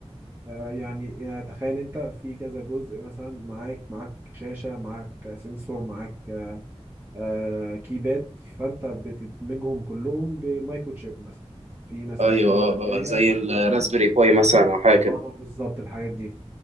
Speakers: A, on the right (about 20°); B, on the right (about 80°).
A: آه، يعني يعني تخيل انت في كذا جزء مثلا معاك معاك شاشه معاك سنسور معاك آه، آه، كيباد فانت بتدمجهم كلهم بمايكرو تشيب مثلا في مثلا
B: ايوه
A: في تشيبايه
B: اه اه زي الراسبيري باي مثلا او حاجه كده
A: اه بالظبط الحاجات دي